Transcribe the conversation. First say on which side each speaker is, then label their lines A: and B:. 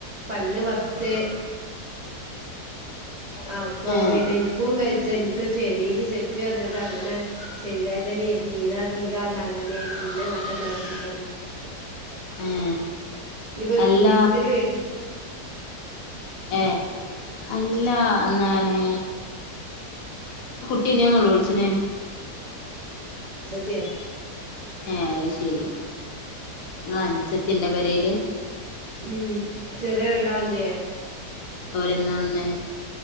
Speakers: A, on the right; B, on the left.
A: പല്ല് വറച്ച് ആ അപ്പൊനനി
B: ഏ
A: കുമ്പ ജ െ ചെവിൽ ചെപ്പി റിഞ്ഞിട്ട് അങ്ങനെ ശ വേദന നീതർങ്ങീ കാണ്ട് അങ്ങനെയയിട് എന്നെ പെട്ടെന്ന് ഹോസ്പിറ്റലി
B: ഏ
A: ഇവ ഒരു
B: അല്ല
A: കൂടിയിരുരിക്കൽ വര
B: ഏ അല്ല അന്നണ്
A: ഉ
B: ട്ടി ന്തിനാ നോലോളിച്ചിന് ട്ടി
A: <unintelligible> ൻ
B: ഏ അത് ശരി അനസത്തിന്റെ പരയില്
A: ഉം ചെറിയ രണ്ടാളിലെ
B: ഓരന്ന്ന്ന്